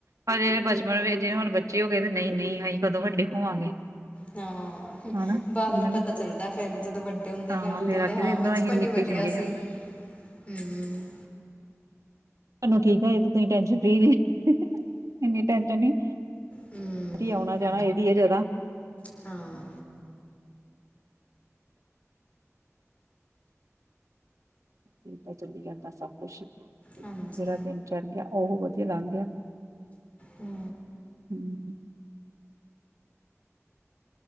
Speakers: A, on the right (about 90°); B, on the left (about 25°).
A: ਪਰ ਜਿਹੜੇ ਬਚਪਨ ਵੀ ਜੇ ਹੁਣ ਬੱਚੇ ਹੋ ਗਏ ਦੇ ਨਹੀਂ-ਨਹੀਂ, ਅਸੀਂ ਕਦੋਂ ਵੱਡੇ ਹੋਵਾਂਗੇ?
B: ਹਾਂ
A: ਹਨਾ
B: ਬਾਅਦ
A: ਇਹਨਾਂ
B: ਨੂੰ
A: ਨੇ
B: ਪਤਾ ਚੱਲਦਾ ਫੇਰ। ਜਦੋਂ ਵੱਡੇ ਹੁੰਦੇ,
A: ਹਾਂ
B: ਫਿਰ
A: ਫੇਰ
B: ਕਹਿੰਦੇ
A: ਆਖੀ
B: ਹਾਂ
A: ਦਾ ਇਹਦੇ ਨਾਲੋਂ
B: ਬਚਪਨ
A: ਅਸੀਂ ਨਿੱਕੇ
B: ਹੀ ਵਧੀਆ ਸੀ।
A: <unintelligible>
B: ਹੂੰ।
A: ਤੁਹਾਨੂੰ ਠੀਕ ਆ ਇਹਏ, ਤੁਸੀਂ ਟੈਨਸ਼ਨ ਫਰੀ ਰਹੇ। ਇਨੀ ਟੈਂਸ਼ਨ ਨੀ,
B: ਹੂੰ
A: ਆਉਣਾ ਜਾਣਾ ਇਹਦੀ ਹੈ ਜਿਆਦਾ।
B: ਹਾਂ।
A: ਬੱਸ ਚਲੀ ਜਾਂਦਾ ਸਭ ਕੁਛ।
B: ਹਾਂਜੀ
A: ਜਿਹੜਾ ਦਿਨ ਚੱੜ ਗਿਆ, ਉਹ ਵਧੀਆ ਲੰਘ ਗਿਆ।
B: ਹੂੰ
A: ਹੂੰ।